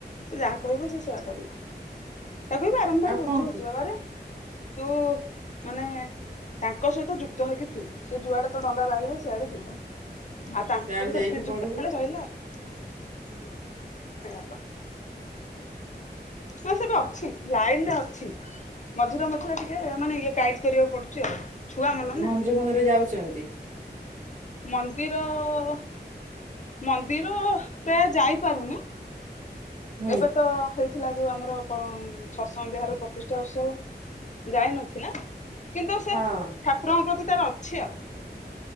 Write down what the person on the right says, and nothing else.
ଆଉ
କଣ କ
ସିଆଡେ
ଯାଇକି
ପଢିବୁ
ମନ୍ଦିର ଫନ୍ଦିର ଯାଉଚନ୍ତି?
ହୁଁ
ହଁ